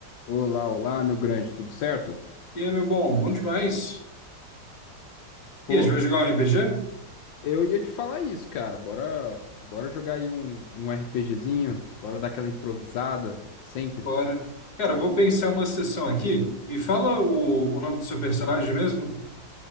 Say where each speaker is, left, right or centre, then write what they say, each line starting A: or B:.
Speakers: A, on the left (about 85°); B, on the left (about 60°).
A: Olá, olá, meu grande, tudo certo?
B: E aí, meu bom, bom demais.
A: Pô,
B: E a gente vai jogar um RPG?
A: de- eu ia te falar isso, cara. Bora, bora jogar aí um, um RPGzinho, bora dar aquela improvisada, sempre.
B: Bora. Cara, eu vou pensar uma sessão aqui. Me fala o, o nome do seu personagem mesmo?